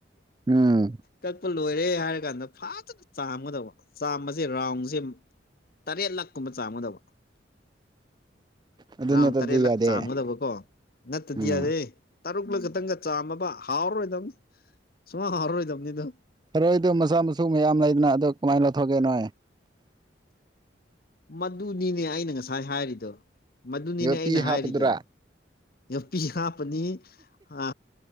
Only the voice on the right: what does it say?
ꯎꯝ
ꯑꯗꯨ
ꯅꯠꯇ꯭ꯔꯗꯤ
ꯌꯥꯗꯦ
ꯎꯝ
ꯊꯦꯔꯣꯏꯗꯣ ꯃꯆꯥ ꯃꯁꯨ ꯃꯌꯥꯝ ꯂꯩꯗꯅ ꯑꯗꯣ ꯀꯃꯥꯏꯅ ꯂꯧꯊꯣꯛꯀꯦꯅꯣ
ꯌꯣꯄꯤ
ꯍꯥꯞꯄꯗꯨꯔꯥ